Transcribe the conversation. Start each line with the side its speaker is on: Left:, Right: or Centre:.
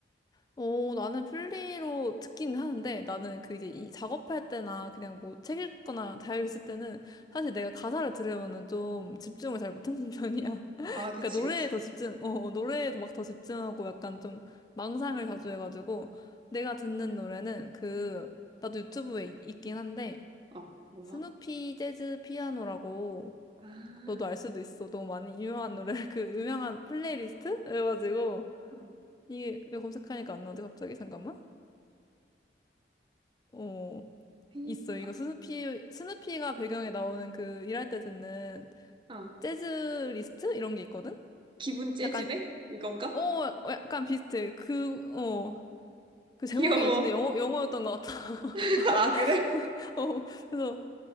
Left: 어, 나는 플리로 듣긴 하는데 나는 그 이제 이 작업할 때나 그냥 뭐 책 읽거나 자유 있을 때는 사실 내가 가사를 들으면은 좀 집중을 잘 못하는 <laughs> 편이야.
Right: 아, 그치,
Left: 그러니까 노래에
Right: 그치.
Left: 더 집중, 어, 어, 노래에 막 더 집중하고 약간 좀 망상을 자주 해가지고 내가 듣는 노래는 그 나도 유튜브에 있- 있긴 한데
Right: 어, 뭐야?
Left: 스누피 재즈 피아노라고
Right: 아,
Left: 너도 알 수도 있어. 너무 많이 유명한 노래 <laughs> 그 유명한 플레이리스트? 그래가지고
Right: 음,
Left: 이게 왜 검색하니까 안 나오지 갑자기 잠깐만. 어
Right: 피,
Left: 있어 이거
Right: 아,
Left: 스누피 스누피가 배경에 나오는 그 일할 때 듣는
Right: 아,
Left: 재즈 리스트 이런 게 있거든.
Right: 기분 째지네?
Left: 약간
Right: 이건가?
Left: 어 어, 약간 비슷해. 그 어 그 제목이
Right: 귀여워.
Left: 근데 영어 영어였던 것 같아.
Right: <laughs> 아, 그래?
Left: <laughs> 어 그래서